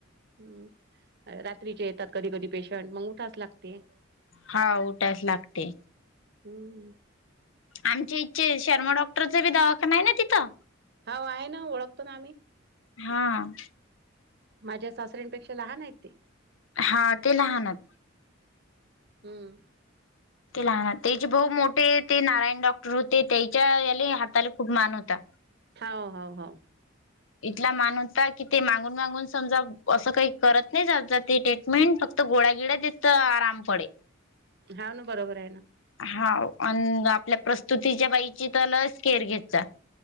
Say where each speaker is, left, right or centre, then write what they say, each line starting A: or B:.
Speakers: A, on the right; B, on the left.
A: हम्म रात्रीचे येतात कधी कधी पेशंट मग उठास लागते.
B: हां उठायंच लागते.
A: हम्म.
B: आमच्या हेचे शर्मा डॉक्टर चा बी दवाखाना आहे ना तिथं
A: हाव आहे ना ओळखतो ना आम्ही.
B: हां.
A: माझ्या सासऱ्यांंपेक्षा लहान आहेत ते.
B: हां ते लहानत.
A: हम्म.
B: ते लहान त्याचे भाऊ मोठे ते नारायण डॉक्टर होते त्याच्या याले हाताला खूप मान होता.
A: हाव हाव हाव.
B: इथला मान होता की ते मागून मागून समजा असं काही करत नाही जात ते ट्रीटमेंट फ तर गोळा गिळा देत त आराम पडे.
A: हाव ना बरोबर आहे ना.
B: हा अन आपल्या प्रस्तुतीच्या बाईची तर ल स् केअर घेत जा.